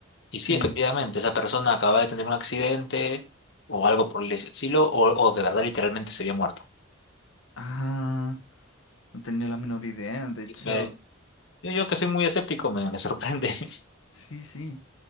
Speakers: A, on the left; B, on the left.
A: Y sí,
B: Sí.
A: efectivamente, esa persona acaba de tener un accidente o algo por el estilo, o, o de verdad literalmente se había muerto.
B: Ah, no tenía la menor idea. De hecho,
A: Y me- yo, yo que soy muy escéptico, me, me sorprende. <laughs>
B: sí, sí.